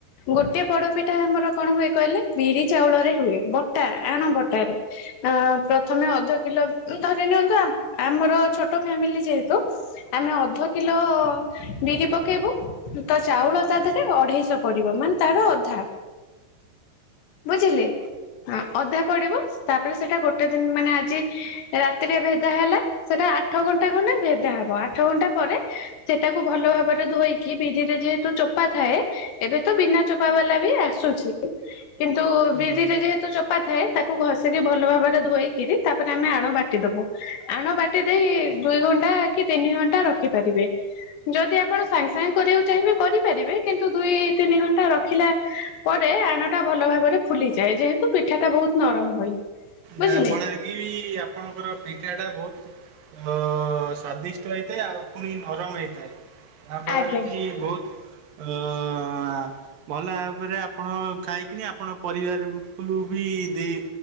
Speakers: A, on the left (about 80°); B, on the right (about 60°).
A: ଗୋଟେ ପୋଡପିଠା ଆମର କଣ ହୁଏ କହିଲେ ବିରି ଚାଉଳରେ ହୁଏ ବଟା ଆଣ ବଟାରେ ଅ ପ୍ରଥମେ ଅଧ କିଲୋ ଧରି ନିଅନ୍ତୁ ଆମର ଛୋଟ ଛୋଟ ଫ୍ୟାମିଲି ଯେହେତୁ ଆମେ ଅଧ କିଲୋ ବିରି ପକେଇବୁ ତ ଚାଉଳ ତା ଦେହରେ ଅଢେଇଶ ପଡିବ ମାନେ ତାର ଅଧା। ବୁଝିଲେ ଆ- ଅଧା ପଡିବ ତାପରେ ସେଟା ଗୋଟେ ଦିନ ମାନେ ଆଜି ରାତିରେ ଭେଦା ହେଲା ସେଟା ଆଟ୍ ଆଠ ଘଣ୍ଟା ଖଣ୍ଡେ ଭେଦା ହବ ଆଠ ଘଣ୍ଟା ପରେ ସେଟାକୁ ଭଲ ଭାବରେ ଧୋଇକି ବିରିରେ ଯେହେତୁ ଚୋପା ଥାଏ ଏବେ ତ ବିନା ଚୋପା ବାଲା ବି ଆସୁଛି କିନ୍ତୁ
B: ହଁ
A: ବିରିରେ ଯେହେତୁ ଚୋପା ଥାଏ ତାକୁ ଘଷିକି ଭଲ ଭାବରେ ଧୋଇକିରି ତାପରେ ଆମେ ଆଣୁ ବାଟିଦବୁ ଆଣବାଟି ସେଇ ଦୁଇ ଘଣ୍ଟା କି ତିନି ଘଣ୍ଟା ରଖିପାରିବେ ଯଦି ଆପଣ ସାଙ୍ଗେ ସାଙ୍ଗେ କରିବାକୁ ଚାହିଁବେ କରିପାରିବେ କିନ୍ତୁ ଦୁଇ ତିନି ଘଣ୍ଟା ରଖିଲା ପରେ ଆଣଟା ଭଲ ଭାବରେ ଫୁଲିଯାଏ ଯେହେତୁ ପିଠାଟା ବହୁତ ନରମ ହୁଏ। ବୁଝିଲେ।
B: ଯାହା ଫଳରେ କି ଆପଣଙ୍କର ପିଠା ଟା ବହୁତ ଅ ସ୍ଵାଦିଷ୍ଟ ହେଇଥାଏ ଆଉ ପୁଣି ନରମ ହେଇଥାଏ। ଯାହାଫଳରେ
A: ଆଜ୍ଞା
B: କି ବହୁତ ଅ ଅ ଅ ଭଲ ଭାବରେ ଆପଣ ଖାଇକିନି ଆପଣ ପରିବାରକୁ ବି ଦେଇ